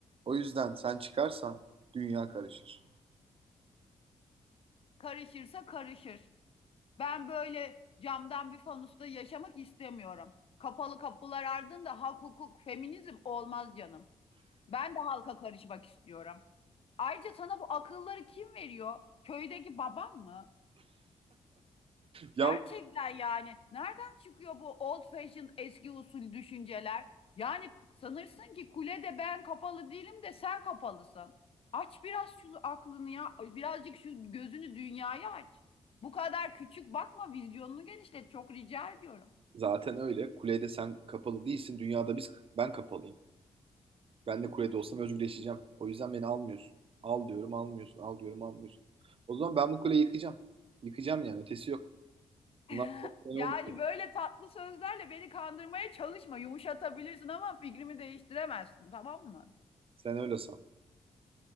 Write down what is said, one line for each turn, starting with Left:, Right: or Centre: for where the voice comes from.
Right: O yüzden sen çıkarsan dünya karışır.
Left: karışırsa karışır. Ben böyle camdan bir fanusta yaşamak istemiyorum. Kapalı kapılar ardında hak, hukuk, feminizm olmaz canım. Ben de halka karışmak istiyorum. Ayrıca sana bu akılları kim veriyor? Köydeki babam mı?
Right: Yalnız
Left: Gerçekten yani nereden çıkıyor bu old fashioned eski usul düşünceler? Yani sanırsın ki kulede ben kapalı değilim de sen kapalısın. Aç biraz şu aklını ya. Birazcık şu gözünü dünyaya aç. Bu kadar küçük bakma vizyonunu genişlet çok rica ediyorum.
Right: zaten öyle. Kulede sen kapalı değilsin. Dünyada biz ben kapalıyım. Ben de kulede olsam özgürleşeceğim. O yüzden beni almıyorsun. Al diyorum almıyorsun. Al diyorum almıyorsun. O zaman ben bu kuleyi yıkacağım. Yıkacağım yani. Ötesi yok.
Left: <laughs>
Right: Bunlar kolay
Left: Yani
Right: olmadı.
Left: böyle tatlı sözlerle beni kandırmaya çalışma. Yumuşatabilirsin ama fikrimi değiştiremezsin tamam mı?
Right: Sen öyle san.